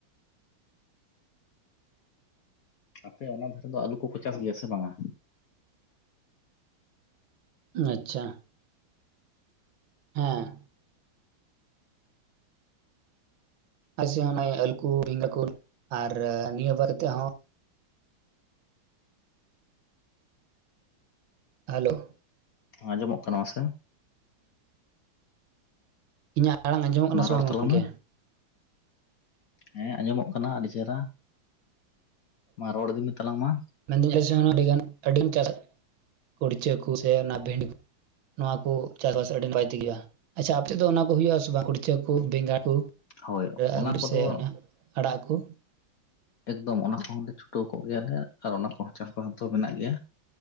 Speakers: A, on the left; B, on the right.
A: ᱟᱯᱮ ᱚᱱᱟ ᱫᱷᱟᱨᱮ ᱫᱚ ᱟᱹᱞᱩ ᱠᱚᱠᱚ ᱪᱟᱥ ᱜᱮᱭᱟ ᱥᱮ ᱵᱟᱝᱼᱟ
B: ᱟᱪᱪᱷᱟ ᱦᱮᱸ ᱟᱪᱪᱷᱟ ᱚᱱᱟ ᱟᱹᱞᱩᱠᱩ ᱵᱮᱸᱜᱟ ᱠᱚ ᱟᱨ ᱱᱤᱭᱟᱹ ᱵᱟᱨ ᱛᱮ ᱦᱚᱸ ᱦᱮᱞᱳ
A: ᱟᱸᱡᱚᱢᱚᱜ ᱠᱟᱱᱟ ᱥᱮ
B: ᱤᱧᱟᱹᱜ ᱟᱲᱟᱝ ᱟᱸᱡᱚᱢᱚᱜ ᱠᱟᱱᱟ
A: ᱢᱟ
B: ᱥᱮ
A: ᱨᱚᱲ
B: ᱵᱟᱝ ᱜᱚᱝᱠᱮ
A: ᱛᱟᱞᱟᱝ ᱢᱮ ᱦᱮᱸ ᱟᱸᱡᱚᱢᱚᱜ ᱠᱟᱱᱟ ᱟᱹᱰᱤ ᱪᱮᱦᱨᱟ ᱢᱟ ᱨᱚᱲ ᱤᱫᱤ ᱢᱮ ᱛᱟᱞᱟᱝ ᱢᱟ
B: ᱢᱮᱱᱫᱧ <unintelligible> <unintelligible> ᱠᱩᱲᱪᱟᱹ ᱠᱚ ᱥᱮ ᱚᱱᱟ ᱠᱷᱮᱱᱰ <unintelligible> ᱱᱚᱣᱟ ᱠᱩ ᱪᱟᱥᱵᱟᱥ ᱟᱹᱰᱤ ᱱᱟᱯᱟᱭ ᱛᱮᱜᱳᱼᱟ ᱟᱪᱪᱷᱟ ᱟᱯᱮᱥᱮᱫ ᱫᱚ ᱚᱱᱟ ᱠᱚ ᱦᱩᱭᱩᱜᱼᱟ ᱥᱮ ᱵᱟᱝ ᱠᱩᱲᱪᱟᱹ ᱠᱩ, ᱵᱮᱸᱜᱟᱲ ᱠᱚ
A: ᱦᱳᱭ
B: <unintelligible>
A: ᱚᱱᱟ ᱠᱚᱫᱚ
B: ᱥᱮ ᱚᱱᱟ ᱟᱲᱟᱜ ᱠᱚ
A: ᱮᱠᱫᱚᱢ ᱚᱱᱟ ᱠᱚᱦᱚᱸᱞᱮ ᱪᱷᱩᱴᱟᱹᱣ ᱠᱚᱜ ᱜᱮᱭᱟᱞᱮ ᱟᱨ ᱚᱱᱟ ᱠᱚᱦᱚᱸ ᱪᱟᱥᱵᱟᱥ ᱫᱚ ᱢᱮᱱᱟᱜ ᱜᱮᱭᱟ